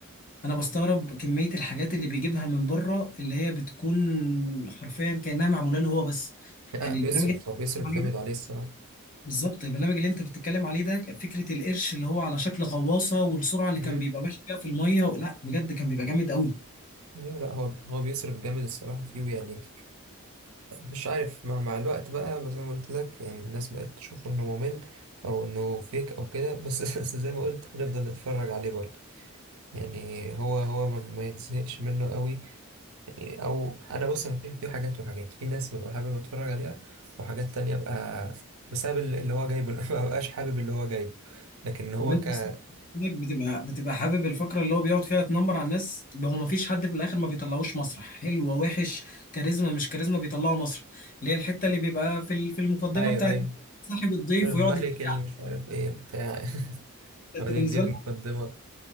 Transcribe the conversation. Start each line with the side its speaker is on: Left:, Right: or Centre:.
Left: انا بستغرب كمية الحاجات اللي بيجيبها من بره اللي هي بتكون حرفيا كأنها معمولة له هو بس
Right: لا
Left: يعني
Right: بيصرف
Left: البرنامج اللي أنت
Right: هو بيصرف
Left: بتتكلم عليه
Right: جامد
Left: ده
Right: عليه الصراحه
Left: بالظبط البرنامج اللي انت بتتكلم عليه ده فكرة القرش اللي هو على شكل غواصة والسرعة اللي كان
Right: امم
Left: بيبقى ماشي بيها في المية لا بجد كان بيبقى جامد قوي
Right: لا لا، هو هو بيصرف جامد الصراحه فيه يعني مش عارف مع, مع الوقت بقى بس زي ما قلت لك يعني الناس بقت تشوف انه ممل او انه فيك او كده بس <laughs> زي ما قلت هنفضل نتفرج عليه برضه يعني هو هو ما, ما يتزهقش منه قوي او انا بص انا في في حاجات وحاجات في ناس ببقى حابب اتفرج عليها وحاجات تانية ببقى بسبب ال- اللي هو جايبه <laughs> ما ببقاش حابب اللي هو جايبه لكن هو
Left: طب انت
Right: ك
Left: اصلا إنك بتبقى بتبقى حابب الفقره اللي هو بيقعد فيها تنمر على الناس طب هو ما فيش حد في الاخر ما بيطلعوش مسرح حلو وحش كاريزما مش كاريزما بيطلعوا مسرح اللي هي الحته اللي بيبقى في ال- في المقدمه
Right: ايوه
Left: بتاعت
Right: ايوه
Left: صاحب الضيف
Right: الملك
Left: ويقعد يتريق
Right: اللي
Left: عليه
Right: مش عارف ايه بتاع <laughs>
Left: انت
Right: يقعد
Left: بالنسبه
Right: يديك
Left: لك
Right: مقدمة